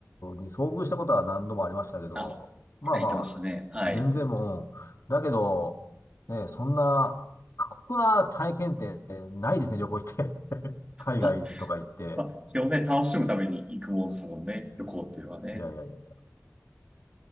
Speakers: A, on the left; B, on the right.
A: に遭遇したことは何度もありましたけど、
B: あ、
A: まあまあ、
B: 言ってましたね。はい。
A: 全然もう、だけど、ねえ、そんな過酷な体験ってないですね、旅行行って。<laughs> 海外とか行って。
B: あ、まあ、基本ね、楽しむために行くもんですもんね。旅行っていうのはね。
A: いやいやいや。